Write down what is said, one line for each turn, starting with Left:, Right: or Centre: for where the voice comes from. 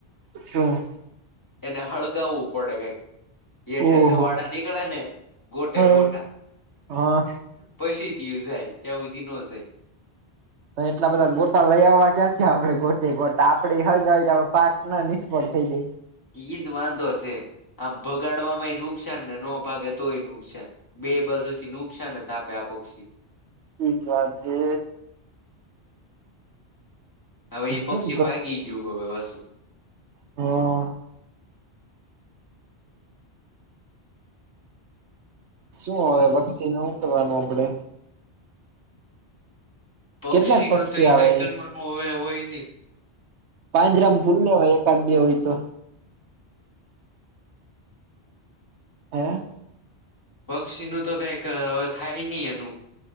Right: શું?
Left: એને હળગાવવું પડે કઈક. હેઠે
Right: ઓહો
Left: ધવાડા નીકળ્યા ને ગોટે
Right: હા
Left: ગોટા.
Right: હા
Left: પછી થી ઇ જાય, ત્યાં હુધી નો જાય.
Right: હવે એટલા બધા ગોટા લઈ આવવા ક્યાંથી આપણે, ગોટે ગોટા આપણે ઇ હળગાવી તો આપણે પાકમાં નિષ્ફળ થઈ જઈ.
Left: ઈ જ વાંધો છે. આમ ભગાડવામાં એ નુકસાન ને નો ભાગે તોય નુકસાન બે બા જુ થી નુકસાન જ આપે આ પક્ષી
Right: એજ વાત છે
Left: હવે ઈ પક્ષી
Right: શું
Left: ભાગી ગયું હવે પાસું
Right: હમ્મ શું હવે પક્ષીને હું કરવાનું આપડે
Left: પક્ષી
Right: કેટલાક
Left: નું તો એકઈ
Right: આવે
Left: કરવાનું હવે હોય ની
Right: પાંજરામ પૂર લેવાય એકાદ બે હોય તો હે
Left: પક્ષીનું તો કંઈક થાય ની એનું